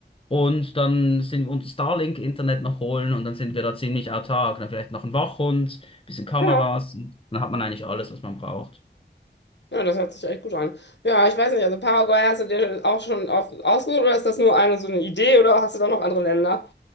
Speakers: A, on the left; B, on the left.
A: Und dann sind wir uns Starlink-Internet noch holen und dann sind wir da ziemlich autark. Dann vielleicht noch ein Wachhund, bisschen Kameras.
B: ja.
A: Und dann hat man eigentlich alles, was man braucht.
B: Ja, das hört sich echt gut an. Ja, ich weiß nicht, also Paraguay hast du dir auch schon auf, ausgesucht oder ist das nur eine so eine Idee oder hast du da noch andere Länder?